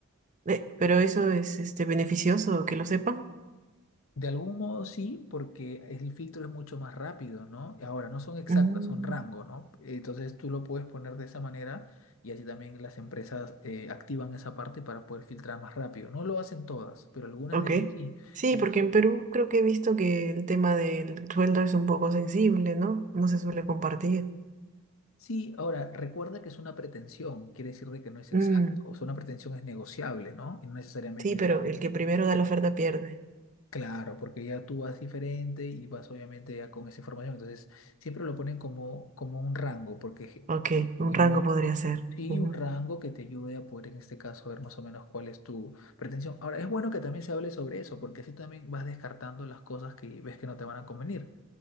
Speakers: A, on the right; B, on the left.
A: Eh, pero eso es este beneficioso que lo sepan.
B: De algún modo sí, porque el filtro es mucho más rápido, ¿no? Y Ahora, no son exactas,
A: Mm.
B: son rango, ¿no? Entonces tú lo puedes poner de esa manera y así también las empresas eh, activan esa parte para poder filtrar más rápido. No lo hacen todas, pero algunas
A: Ok.
B: de ellas sí.
A: Sí,
B: Inclusi-
A: porque en Perú creo que he visto que el tema del sueldo es un poco sensible, ¿no? No se suele compartir.
B: Sí, ahora, recuerda que es una pretensión, quiere decir de que no es exacto.
A: Mm,
B: O sea, una pretensión es negociable, ¿no? Y no necesariamente
A: sí,
B: es
A: pero
B: hábil.
A: el que primero da la oferta pierde.
B: claro, porque ya tú vas diferente y vas obviamente ya con esa información. Entonces, siempre lo ponen como, como un rango, porque...
A: Ok, un
B: Y
A: rango
B: mo-
A: podría ser.
B: Sí,
A: Ujú.
B: un rango que te ayude a poder en este caso ver más o menos cuál es tu pretensión. Ahora, es bueno que también se hable sobre eso, porque así también vas descartando las cosas que ves que no te van a convenir.